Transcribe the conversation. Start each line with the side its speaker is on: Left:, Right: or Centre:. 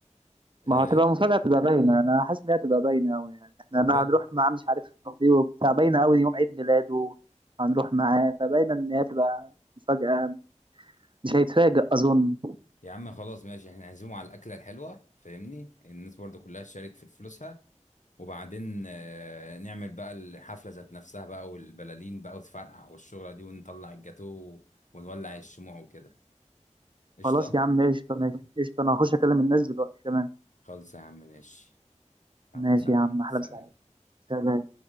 Left: أه
Right: ما هتبقى مفاجأة تبقى باينة أنا حاسس إن هي هتبقى باينة أوي يعني إحنا أنا
Left: ب-
Right: هنروح معاه مش عارف دي وبتاع باينة أوي يوم عيد ميلاده هنروح معاه فباينة إن هي تبقى مفاجأة مش هيتفاجأ أظن
Left: يا عم خلاص ماشي احنا نعزمه على الأكلة الحلوة فاهمني الناس برضو كلها تشارك في فلوسها وبعدين آه، نعمل بقى الحفلة ذات نفسها بقى والبلالين بقى وتفرقع والشغلة دي ونطلع الجاتو ونولع الشموع وكده قشطة
Right: خلاص يا عم قشطة ماشي قشطة أنا هخش أكلم الناس دلوقتي كمان
Left: خالص يا عم ماشي أهلا
Right: ماشي
Left: وسهلا
Right: يا
Left: عليك
Right: عم أحلى
Left: سلام
Right: مساعدة سلام